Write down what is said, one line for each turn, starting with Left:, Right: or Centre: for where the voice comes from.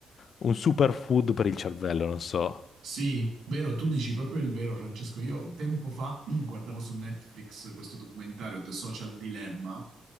Left: un superfood per il cervello, non so.
Right: Sì, vero, tu dici proprio il vero, Francesco. Io tempo fa <clears throat> guardavo su Netflix questo documentario The Social Dilemma,